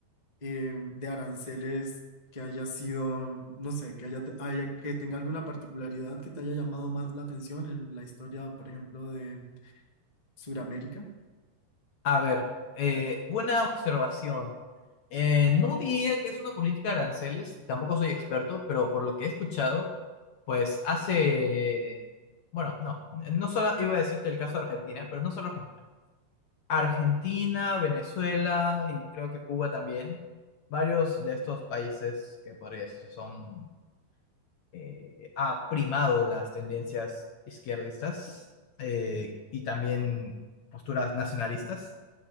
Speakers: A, on the left; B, on the left.
A: eh, de aranceles que haya sido, no sé, que haya, haya- que tenga alguna particularidad que te haya llamado más la atención en la historia, por ejemplo, de Sudamérica
B: A ver, eh, buena observación. Eh, no diría que es una política de aranceles, tampoco soy experto, pero por lo que he escuchado, pues hace, bueno, no, no solo iba a decirte el caso de Argentina, pero no solo Argentina. Argentina, Venezuela y creo que Cuba también. Varios de estos países que podría decirse son, eh, ha primado las tendencias izquierdistas eh, y también posturas nacionalistas,